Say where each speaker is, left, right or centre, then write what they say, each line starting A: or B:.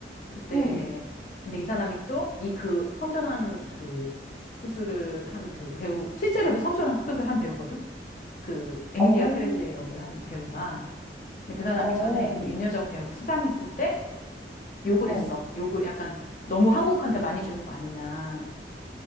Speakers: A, on the left; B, in the centre.
A: 그때
B: 음.
A: 근데 이 사람이 또 이 그 성전환 그 수술을 한 그 배우 실제로도 성전환 수술을 한 배우거든. 그 에밀리아
B: 어.
A: 페레즈 역을 한 배우가 근데 그 사람이
B: 어.
A: 전에 그
B: 음.
A: 윤여정 배우가 수상했을 때 욕을
B: 어.
A: 했어. 욕을 약간 너무 한국한테 많이 주는 거 아니냐.